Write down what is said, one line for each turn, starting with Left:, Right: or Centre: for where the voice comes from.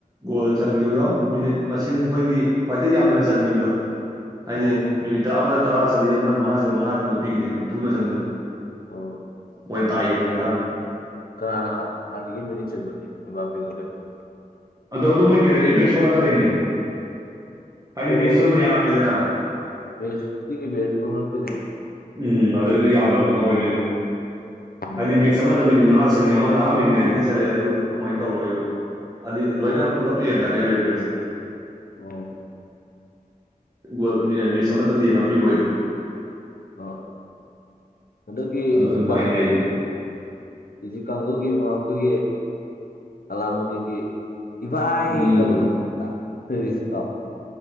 Right: ꯒꯣꯜ ꯆꯟꯈꯤꯕꯗꯣ ꯃꯤꯅꯤꯠ ꯃꯁꯤꯡ ꯑꯩꯈꯣꯏꯒꯤ ꯈ꯭ꯋꯥꯏꯗꯒꯤꯩ ꯌꯥꯝꯅꯅ ꯆꯟꯈꯤꯕꯗꯣ ꯍꯥꯏꯗꯤ
Left: ꯑꯣ
Right: ꯃꯤꯅꯤꯠ ꯇꯔꯥ ꯑꯃꯅ ꯇꯔꯥ ꯆꯠꯂꯤ ꯑꯃꯅ ꯃꯉꯥ ꯆꯠꯂꯤ ꯃꯉꯥ ꯆꯟꯕ ꯄꯤꯈꯤꯗꯣꯏꯕ ꯊꯨꯅ ꯆꯟꯕꯗ
Left: ꯑꯣ
Right: ꯃꯣꯏꯅ ꯇꯥꯏ ꯌꯦꯡꯅ ꯀꯥꯟꯗ
Left: ꯀꯅꯥꯅ ꯍꯥꯟꯅꯒ ꯃꯤꯡꯅꯤ ꯆꯟꯕꯅꯦ ꯕꯥꯕꯤꯒ ꯀꯩꯅꯣ
Right: ꯑꯗꯣ ꯑꯗꯨ ꯃꯣꯏꯒꯤ ꯑꯦꯚꯔꯦꯁ ꯍꯣꯜꯂꯛꯀꯗꯅꯦ ꯍꯥꯏꯗꯤ
Left: ꯑꯣ
Right: ꯃꯦꯠꯁ ꯆꯨꯝꯕ ꯌꯥꯝꯃꯤꯗꯅ
Left: ꯃꯦꯁꯇꯒꯤ ꯦꯁ ꯍꯣ
Right: ꯎꯝ ꯑꯗꯨꯗꯩꯗꯨꯗꯤ ꯌꯥꯝꯗꯕꯗꯨꯅ ꯑꯣꯏꯗꯣꯏꯕ
Left: ꯎꯝ
Right: ꯍꯥꯏꯗꯤ ꯃꯦꯠꯁ ꯑꯃ ꯗ ꯃꯤꯅꯤꯠ ꯃꯉꯥ ꯆꯪꯅꯤ ꯑꯃꯅ ꯑꯥ ꯃꯤꯅꯤꯠ ꯅꯥꯏꯟꯇꯤ ꯆꯠꯂꯦ ꯑꯗꯨꯥꯏꯅ ꯇꯧꯔꯣꯏꯕ ꯑꯗꯤ ꯂꯣꯏꯅ
Left: ꯑꯣ
Right: ꯄꯨꯂꯞ ꯌꯦꯡ ꯅꯦ ꯑꯄ꯭ꯔꯥꯏꯁꯇ
Left: ꯑꯣ
Right: ꯒꯣꯜ ꯃꯦꯠꯆ ꯑꯃꯇꯪ ꯌꯦꯡꯉꯥꯛꯄꯤꯔꯣꯏꯕ
Left: ꯑ ꯍꯟꯗꯛꯀꯤ
Right: ꯑꯗꯣ
Left: ꯍꯧꯁꯨ
Right: ꯑꯗꯨꯃꯥꯏꯅ
Left: ꯀꯥꯡꯕꯨ
Right: ꯂꯩꯗꯣꯏ
Left: ꯍꯧꯖꯤꯛ ꯀꯥꯡꯒꯒꯤ ꯑꯃ ꯑꯩꯈꯣꯏꯒꯤ ꯑꯂꯥꯃꯨꯗꯤꯟꯒꯤ ꯏꯚꯥꯏ
Right: ꯎꯝ
Left: ꯇꯗ